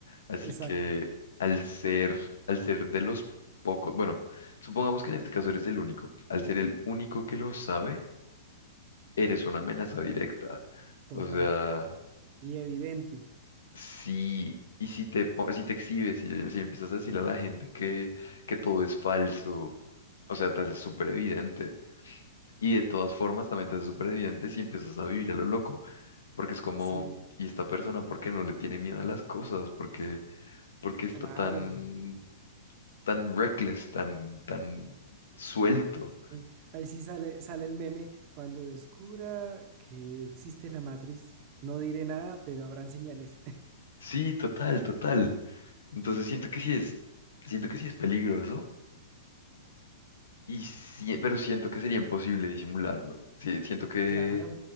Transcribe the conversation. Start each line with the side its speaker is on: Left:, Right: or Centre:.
Left: Así
Right: <clears throat> exacto,
Left: que al ser, al ser de los pocos, bueno, supongamos que en este caso eres el único, al ser el único que lo sabe, eres una amenaza directa.
Right: total
Left: O sea...
Right: y evidente.
Left: Sí, y si te, po- si te exhibes, si, si empiezas a decirle a la gente que, que todo es falso, o sea, te haces súper evidente. Y de todas formas también te haces súper evidente si empiezas a vivir a lo loco, porque es como,
Right: Sí,
Left: ¿y esta persona por qué no le tiene miedo a las cosas? ¿Por qué, por qué está
Right: claro.
Left: tan, tan reckless, tan, tan suelto?
Right: Mm, Ahí sí sale, sale el meme cuando descubra que existe la matriz. No diré nada, pero habrán señales.
Left: Sí, total, total. Entonces siento que sí es, siento que sí es peligroso. Y sí- pero siento que sería imposible disimularlo. Sí, siento que
Right: Claro,